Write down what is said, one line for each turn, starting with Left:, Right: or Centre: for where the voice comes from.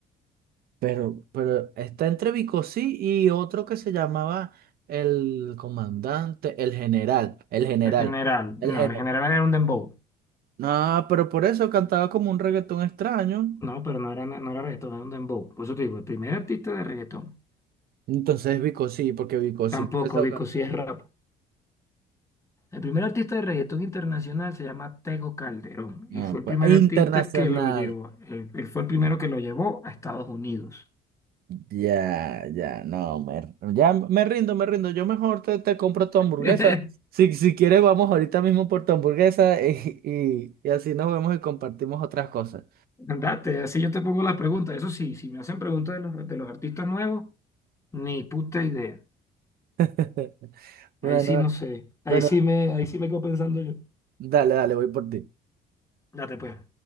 Right: Pero, pero está entre Bicosí y otro que se llamaba el comandante, el general, el general,
Left: En general,
Right: el
Left: no,
Right: general.
Left: en general era un dembow.
Right: Ah, pero por eso cantaba como un reggaetón extraño.
Left: No, pero no era, no era reggaetón, era un dembow. Por eso te digo, el primer artista de reggaetón.
Right: Entonces Bicosí, porque Bicosí
Left: Tampoco,
Right: empezó a
Left: Vico,
Right: can-
Left: si es rap. El primer artista de reggaetón internacional se llama Tego Calderón
Right: No,
Left: y fue el
Right: pues,
Left: primer
Right: internacional.
Left: artista que lo llevó. Él, él fue el primero que lo llevó a Estados Unidos.
Right: Ya, ya, no, me, ya me rindo, me rindo. Yo mejor te, te compro tu hamburguesa.
Left: <laughs>
Right: Si, si quieres, vamos ahorita mismo por tu hamburguesa <laughs> y, y y así nos vemos y compartimos otras cosas.
Left: Andate, así yo te pongo las preguntas. Eso sí, si me hacen preguntas de los, de los artistas nuevos, ni puta idea.
Right: <laughs> Bueno.
Left: Ahí sí no sé. Ahí
Right: Bueno,
Left: sí me, ahí sí me quedo pensando yo.
Right: Dale, dale, voy por ti.
Left: Date pues.